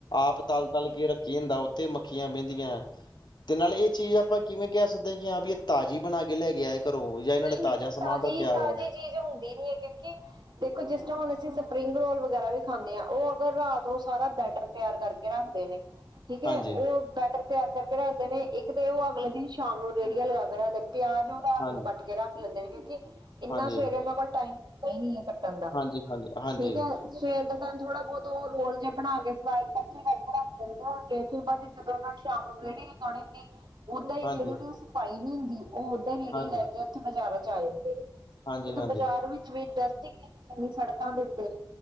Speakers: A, on the left; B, on the right.
A: ਆਪ ਤਲ ਤਲ ਕੇ ਰੱਖੀ ਹੁੰਦਾ ਉੱਥੇ ਮੱਖੀਆਂ ਬਹਿੰਦੀਆਂ ਤੇ ਨਾਲ ਇਹ ਚੀਜ਼ ਆਪਾਂ ਕਿਵੇਂ ਕਹਿ ਸਕਦੇ ਆ ਕਿ ਹਾਂ ਵੀ ਇਹ ਤਾਜ਼ੀ ਬਨਾ ਕੇ ਲੈਕੇ ਆਏ ਘਰੋਂ ਜਾਂ ਇਹਨਾਂ
B: ਠੀਕ
A: ਨੇ
B: ਨਹੀਂ
A: ਤਾਜ਼ਾ
B: ਨਹੀਂ
A: ਸਮਾਨ
B: ਤਾਜ਼ੀ
A: ਰੱਖਿਆ
B: ਤਾਜ਼ੀ
A: ਵਾ
B: ਚੀਜ਼ ਹੁੰਦੀ ਨੀ ਹੈ ਕਿਉਂਕਿ ਦੇਖੋ ਜਿਸ ਤਰ੍ਹਾਂ ਹੁਨ ਅਸੀਂ ਸਪਰਿੰਗ ਰੋਲ ਵਗੈਰਾ ਵੀ ਖਾਂਨੇ ਆ ਉਹ ਅਗਰ ਰਾਤੋ ਸਾਰਾ ਬੈਟਰ ਤਿਆਰ ਕਰਕੇ ਰੱਖਦੇ ਨੇ ਠੀਕ ਹੈ
A: ਹਾਂਜੀ
B: ਉਹ ਬੈਟਰ ਤਿਆਰ ਕਰਕੇ ਰੱਖਦੇ ਨੇ ਇੱਕ ਤੇ ਉਹ ਅਗਲੇ ਦਿਨ ਸ਼ਾਮ ਨੂੰ ਰੇਹੜੀਆਂ ਲਗਾ ਕੇ ਰੱਖਦੇ ਪਿਆਜ ਉਹ ਰਾਤ
A: ਹਾਂਜੀ
B: ਨੂੰ ਕੱਟ ਕੇ ਰੱਖਦੇ ਲੈਂਦੇ ਨੇ ਕਿਉਂਕਿ ਇੰਨਾ
A: ਹਾਂਜੀ
B: ਸਵੇਰੇ ਇਹਨਾਂ ਕੋਲ ਟਾਈਮ ਹੁੰਦਾ ਹੀ ਨਹੀਂ ਹੈ ਕੱਟਣ ਦਾ
A: ਹਾਂਜੀ ਹਾਂਜੀ ਹਾਂਜੀ
B: ਠੀਕ ਏ ਸਵੇਰ ਦੇ ਟਾਈਮ ਥੋੜਾ ਬਹੁਤ ਉਹ ਰੋਲ ਜੇਆ ਬਣਾ ਕੇ ਫਰਾਈ ਕੱਚੇ ਕਰਕੇ ਰੱਖ ਦੇਂਦੇ ਔ ਫਿਰ ਬਾਅਦ ਜਦੋਂ ਉਹ ਨੇ ਸ਼ਾਮ ਨੂੰ ਰੇਹੜੀ ਲਗਾਉਣੀ ਹੁੰਦੀ ਓਦਾਂ ਹੀ
A: ਹਾਂਜੀ
B: ਰੇੜੀ ਦੀ ਸਫ਼ਾਈ ਨੀ ਹੁੰਦੀ ਉਹ ਰੇੜੀ
A: ਹਾਂਜੀ
B: ਲੈ ਕੇ ਓਥੇ ਬਾਜ਼ਾਰਾਂ ਚ ਆ ਜਾਂਦੇ ਨੇ
A: ਹਾਂਜੀ
B: ਤੇ
A: ਹਾਂਜੀ
B: ਬਾਜ਼ਾਰ ਵਿੱਚ ਵੀ ਡਸਟਿੰਗ ਇਹਨੀ ਇਨੀ ਸੜਕਾਂ ਦੇ ਉੱਤੇ